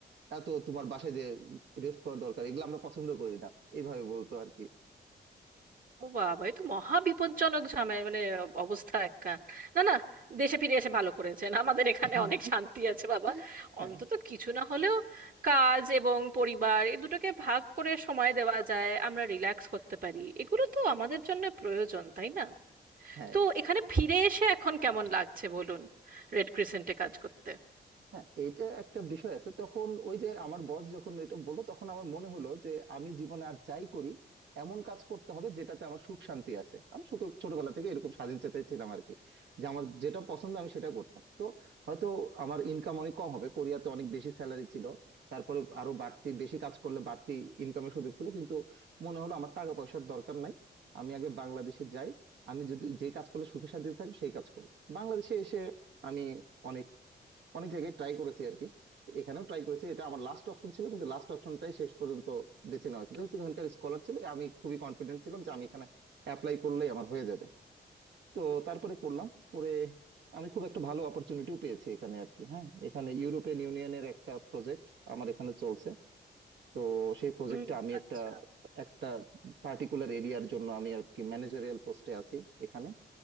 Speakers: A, on the right; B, on the right.
A: এত তোমার বাসায় যে রেস্ট করা দরকার এগুলো আমরা পছন্দ করি না এইভাবে বলতো আর কি
B: ও বাবা এ তো মহা বিপজ্জনক ঝামেলা মানে অবস্থা একটা না না দেশে ফিরে এসে ভালো করেছেন আমাদের এখানে
A: <laughs>
B: অনেক শান্তি আছে বাবা
A: হ্যাঁ
B: অন্তত কিছু না হলেও কাজ এবং পরিবার এই দুটোকে ভাগ করে সময় দেওয়া যায় আমরা রিল্যাক্স করতে পারি এগুলো তো আমাদের জন্য প্রয়োজন তাই না
A: হ্যাঁ
B: তো এখানে ফিরে এসে এখন কেমন লাগছে বলুন রেড ক্রিসেন্টে কাজ করতে
A: হ্যাঁ এটা একটা বিষয় আছে তখন ওই যে আমার বস যখন এটা বললো তখন আমার মনে হলো যে আমি জীবনে আর যাই করি এমন কাজ করতে হবে যেটাতে আমার সুখ শান্তি আছে আমি শুধু ছোটবেলা থেকে এরকম স্বাধীন চেতাই ছিলাম আর কি যে আমার যেটা পছন্দ আমি সেটা করতাম তো হয়তো আমার ইনকাম অনেক কম হবে কোরিয়াতে অনেক বেশি স্যালারি ছিল তারপরে আরো বাড়তি বেশি কাজ করলে বাড়তি ইনকামের সুযোগ ছিল কিন্তু মনে হলো আমার টাকা পয়সার দরকার নাই আমি আগে বাংলাদেশে যাই আমি যদি যে কাজ করলে সুখে শান্তিতে থাকবো সেই কাজ করি বাংলাদেশে এসে আমি অনেক অনেক জায়গায় ট্রাই করেছি আর কি তো এখানেও ট্রাই করেছি এটা আমার লাস্ট অপশন ছিল কিন্তু লাস্ট অপশনটাই শেষ পর্যন্ত বেছে নেওয়া হয়েছে যেহেতু এখানকার স্কলার ছিল আমি খুবই কনফিডেন্ট ছিলাম যে আমি এখানে অ্যাপ্লাই করলেই আমার হয়ে যাবে তো তারপরে করলাম পরে আমি খুব একটা ভালো অপরচুনিটিও পেয়েছি এখানে আর কি হ্যাঁ এখানে ইউরোপিয়ান ইউনিয়নের একটা প্রজেক্ট আমার এখানে চলছে তো সেই প্রজেক্টে
B: হুম
A: আমি
B: আচ্ছা
A: একটা একটা পার্টিকুলার এরিয়ার জন্য আমি আর কি ম্যানেজারিয়াল পোস্টে আছি এখানে